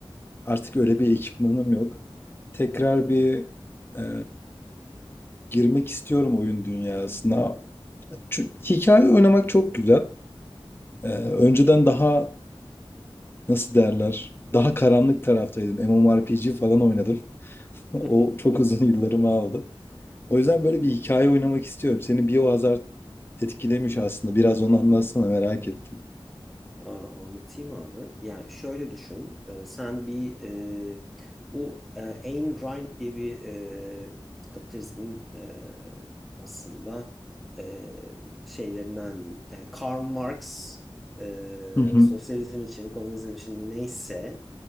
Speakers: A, on the left (about 25°); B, in the centre.
A: artık öyle bir ekipmanım yok. Tekrar bir e, girmek istiyorum oyun dünyasına. Çünkü hikaye oynamak çok güzel. Ee, önceden daha nasıl derler? Daha karanlık taraftaydım. MMORPG falan oynadım. <laughs> O
B: <laughs>
A: çok uzun yıllarımı aldı. O yüzden böyle bir hikaye oynamak istiyorum. Seni Biohazard etkilemiş aslında. Biraz onu anlatsana merak ettim.
B: Aa, anlatayım abi. Yani şöyle düşün. Ee, sen bir e, bu e, Ayn Rand diye bir e, kapitalizmin e, aslında e, şeylerinden diyeyim. Yani Karl Marx e,
A: Hı hı.
B: sosyalizm için, komünizm için neyse